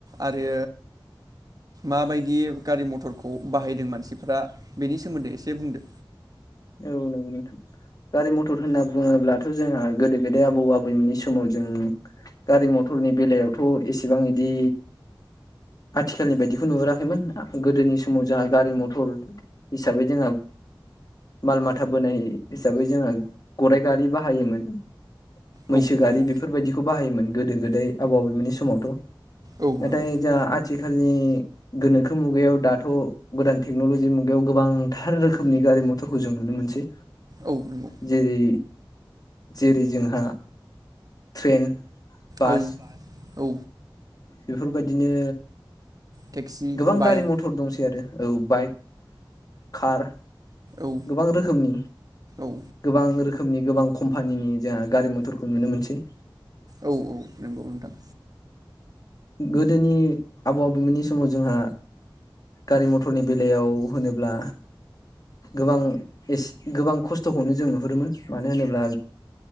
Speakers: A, on the right; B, on the left.
A: आरो माबायदि गारि मथरखौ बाहायदों मानसिफ्रा बेनि सोमोन्दै एसे बुंदो।
B: औ नंगौ नोंथां गारि मथर होनना बुङोब्लाथ' जोंहा गोदो गोदाय आबौ आबैमोननि समाव जों गारि मथरनि बेलायावथ' एसेबां इदि आथिखालनि बायदिखौ नुहुराखैमोन गोदोनि समाव जोंहा गारि मथर हिसाबै जोंहा माल माथा बोनाय हिसाबै जोंङो गराइ गारि बाहायोमोन। मैसो
A: औ
B: गारि
A: नंगौ
B: बेफोरबायदिखौ बाहायोमोन। गोदो गोदाय आबौ आबैमोननि समावथ'
A: औ
B: नाथाय
A: नंगौ
B: दा आथि खालनि गोनोखो मुगायाव दाथ' गोदान टेक्न'लजि मुगायाव गोबांथार रोखोमनि गारि म टरखौ जों नुनो मोनसै।
A: औ नंगौ
B: जेरै जेरै जोंहा ट्रेन बास
A: औ औ
B: बेफोरबायदिनो
A: टेक्सि
B: गोबां
A: बाइक
B: गारि मथर दंसै आरो औ बाइक खार
A: औ
B: गोबां रोखोमनि
A: औ
B: गोबां रोखो खोमनि गोबां कम्पानिनि जोंहा गारि मथरखौ नुनो मोनसै।
A: औ औ नंगौ नोंथां
B: गोदोनि आबौ आबौमोननि स माव जोंहा गारि मथरनि बेलायाव होनोब्ला गोबां एसे गोबां खस्थ'खौनो जों नुहुरोमोन मानो होनोब्ला